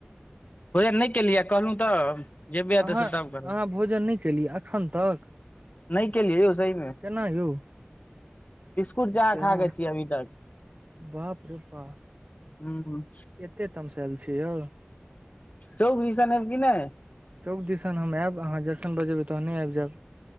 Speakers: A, on the left; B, on the right.
A: भोजन नहि केलियै, कहलहुँ तऽ। जेबै एतऽ
B: अहाँ,
A: से तब करबै
B: अहाँ भोजन नहि केलियै एखन तक।
A: नहि केलियै यौ सही मे।
B: केना यौ?
A: बिस्कुटे जा
B: चाह
A: खा कऽ छियै अभी तक।
B: बाप रे बाप।
A: हूँ।
B: एते तमसाल आयल छियै यौ।
A: चौक दिसन आब कि ने?
B: चौक दिसन हम आयब अहाँ जखन बजेबै तहने आबि जायब।